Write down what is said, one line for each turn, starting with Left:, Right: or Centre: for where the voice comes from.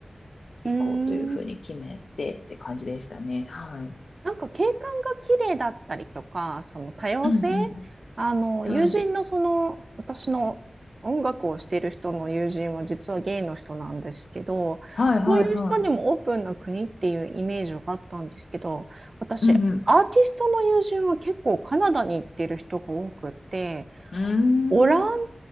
Left: 行こうというふうに決めてって感じでしたね。
Right: うん
Left: はい。
Right: なんか景観が綺麗だったりとか、その多様性、
Left: うんう
Right: あの友人のその私の音楽をしている人の友人は実はゲイの人なんですけど、
Left: ん。はい。はいはいはい。
Right: そういう人にもオープンな国っていうイメージがあったんですけど、私、
Left: うんうん。
Right: アーティストの友人は結構カナダに行ってる人が多くて、
Left: うーん。
Right: オランダの